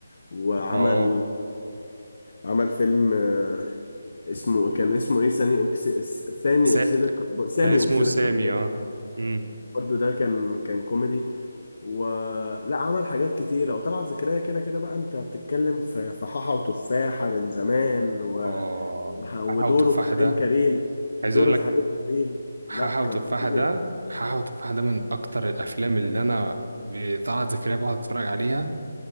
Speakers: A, on the left (about 45°); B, on the right (about 65°).
A: وعمل
B: اه
A: عمل فيلم آه، اسمه كان اسمه إيه ثاني أكسي... ثاني
B: سا...
A: أكسيد الكربون سامي
B: كان اسمه
A: أكسيد
B: سامي
A: الكربون
B: اه امم
A: برضه ده كان كان كوميدي ولا عمل حاجات كتيرة وطلعت زكريا كده كده بقى أنت بتتكلم في في حاحة وتفاحة من زمان و...
B: اه
A: ودوره
B: حاحة وتفاحة
A: في حريم
B: ده
A: كريم
B: عايز
A: دوره
B: اقول لك
A: في حريم كريم
B: حاحة
A: لا كان
B: وتفاحة
A: خطير
B: ده حاحة وتفاحة ده من اكتر الافلام اللي انا ب- طلعت زكريا بقعد اتفرج عليها